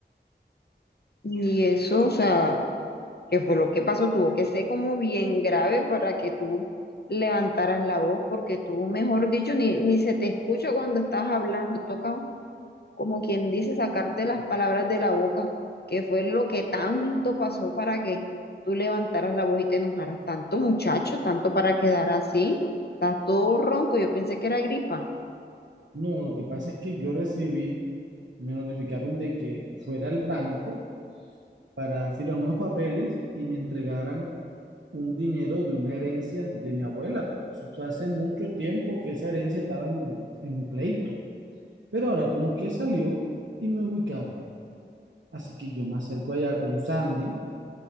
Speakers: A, on the left; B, on the right.
A: Y eso, o sea. que fue lo que pasó, tuvo que ser como bien grave para que tú levantaras la voz, porque tú, mejor dicho, ni, ni se te escucha cuando estás hablando, toca como quien dice sacarte las palabras de la boca, que fue lo que tanto pasó para que tú levantaras la voz y te enojaras, tanto muchacho, tanto para quedar así, estás todo ronco, yo pensé que era gripa.
B: No, lo que pasa es que yo recibí, me notificaron de que fuera al banco para firmar unos papeles y me entregaran un dinero de una herencia de mi abuela, pero eso fue hace mucho tiempo que esa herencia estaba en, en pleito. Pero ahora como que salió y me ubicaron. Así que yo me acerco allá con Sandy,